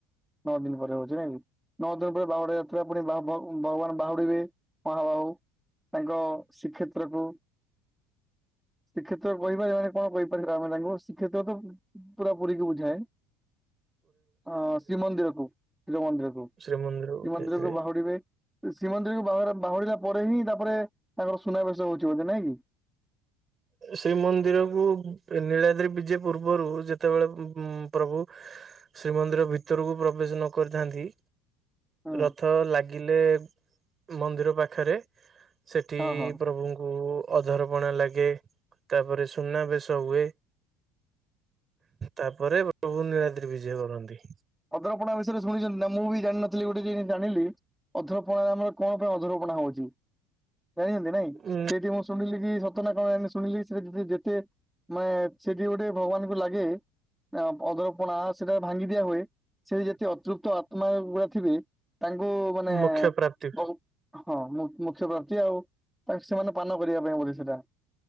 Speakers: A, in the centre; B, on the right.
A: ନଅ ଦିନ ପରେ ହଉଚି ନାଇଁ। ନଅ ଦିନ ପରେ ବାହୁଡା ଯାତ୍ରା ପୁଣି ବା ଭ ଭଗବାନ ବାହୁଡିବେ ମହାବାହୁ ତାଙ୍କ ଶ୍ରୀକ୍ଷେତ୍ରକୁ ଶ୍ରୀ୍ଷେତ୍ର କହିପାରିବା ମାନେ କଣ କହିପାରିବା ଆମେ ତାଙ୍କୁ ଶ୍ରୀ୍ଷେତ୍ର ତ ପୁରା ପୁରୀକୁ ବୁଝାଏ। ଅ ଶ୍ରୀମନ୍ଦିର କୁ ଶିବ ମନ୍ଦିରକୁ ଶ୍ରୀ
B: ଶ୍ରୀମନ୍ଦିରକୁ ଫେରିବେ
A: ମନ୍ଦିରକୁ ବାହୁଡିବେ। ଶ୍ରୀମନ୍ଦିରକୁ ବାହା ବାହୁରିଲା ପରେ ହିଁ ତାପରେ ତାଙ୍କର ସୁନାବେଶ ହଉଚି ବୋଧେ ନାଇଁ କି? ହଁ
B: ଶ୍ରୀମନ୍ଦିରକୁ ନୀଳାଦ୍ରି ବିଜେ ପୂର୍ବରୁ ଯେତେବେଳେ ଉ ଉଁ ପ୍ରଭୁ ଶ୍ରୀମନ୍ଦିର ଭିତରକୁ ପ୍ରବେଶ ନ କରିଥାନ୍ତି।
A: ହୁଁ
B: ରଥ ଲାଗିଲେ ମନ୍ଦିର ପାଖରେ ସେଠି
A: ହଁ ହଁ
B: ପ୍ରଭୁଙ୍କୁ ଅଧର୍ପଣା ଲାଗେ। ତାପରେ ସୁନା ବେଶ ହୁଏ। ତାପରେ ପ୍ରଭୁ ନୀଳାଦ୍ରି ବିଜେ କରନ୍ତି।
A: ଅଧରପଡ଼ା ବିଷୟରେ ଶୁଣିଚନ୍ତି ନା ମୁଁ ବି ଜାଣିନଥିଲି ଗୋଟେ ଜିନିଷ ଜାଣିଲି ଅଧ୍ରପଣା ଆମର କଣ ଅଧରପଣା ହଉଚି। ଜାଣିଚନ୍ତି ନାଇଁ
B: ଉ
A: ସେଇଠି ମୁଁ ଶୁଣିଲି କି ତ ନା କଣ ଶୁଣିଲି ସେ ଯେ ଯେତେ ମାନେ ସେଠି ଗୋଟେ ଭଗବାନଙ୍କୁ ଲାଗେ। ଆ ଅଦରପଣା ସେଟା ଭାଙ୍ଗି ଦିଆ ହୁଏ, ସେ ଯେତକି ଅତୃପ୍ତ ଆତ୍ମା ଗୁଡା ଥିବେ ତାଙ୍କୁ ମାନେ
B: ମୁଖ୍ୟ ପ୍ରାପ୍ତି
A: ବହୁ ହଁ ମୁ ମୁଖ୍ୟ ପ୍ରାପ୍ତି ଆଉ ସେମାନେ ପାନ କରିବା ପାଇଁ ବୋଧେ ସେଇଟା।